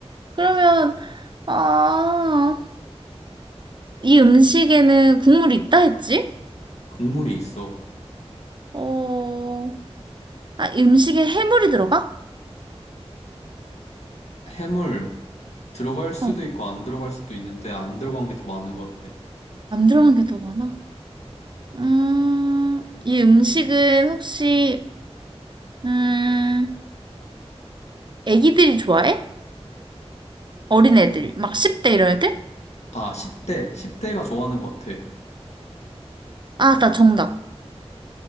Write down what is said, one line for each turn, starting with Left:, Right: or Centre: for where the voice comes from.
Right: 그러면, 아, 이 음식에는 국물이 있다 했지?
Left: 국물이 있어.
Right: 어, 아, 음식에 해물이 들어가?
Left: 해물 들어갈 수도
Right: 어,
Left: 있고 안 들어갈 수도 있는데 안 들어간 게 더 많은 것 같아.
Right: 안 들어간 게 더 많아. 음, 이 음식은 혹시, 음, 애기들이 좋아해? 어린애들, 막 10대 이런 애들?
Left: 아, 10대. 10대가 좋아하는 것 같아.
Right: 아, 나 정답.